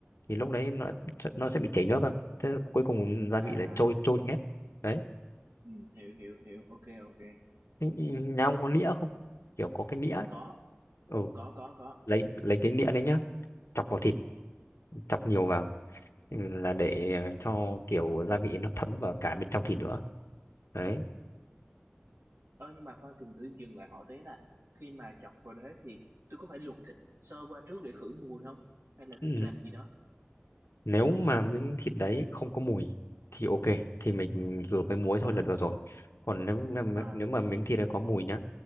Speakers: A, on the left; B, on the right.
A: thì lúc đấy nó nó sẽ bị chảy nước thôi thế là cuối cùng gia
B: à
A: vị lại
B: à
A: trôi trôi đi hết đấy
B: ừ, hiểu hiểu hiểu ok ok
A: Thế
B: ừ.
A: nhà ông có nĩa không kiểu có cái nĩa ấy.
B: có
A: ừ
B: có có có
A: lấy lấy cái nĩa đấy nhá chọc vào thịt chọc nhiều vào ừ, là để ờ, cho kiểu gia vị nó thấm vào cả bên trong thịt nữa đấy
B: ừ. Ờ nhưng mà khoan từng tự dừng lại hỏi thế là khi mà chọc vào đế thì tôi có phải luộc thịt sơ qua trước để khử mùi không? Hay là
A: ừ.
B: cái làm gì đó?
A: nếu mà miếng thịt đấy không có mùi thì ok thì mình rửa với muối thôi
B: À
A: là được rồi còn nếu mà
B: à
A: nếu mà miếng thịt này có mùi nhá